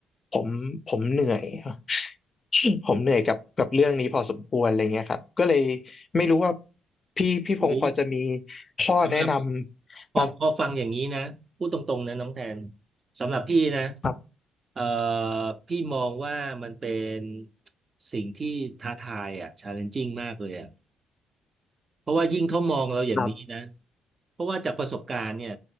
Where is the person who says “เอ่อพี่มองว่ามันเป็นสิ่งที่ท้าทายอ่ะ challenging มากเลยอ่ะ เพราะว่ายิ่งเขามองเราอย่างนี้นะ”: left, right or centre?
Right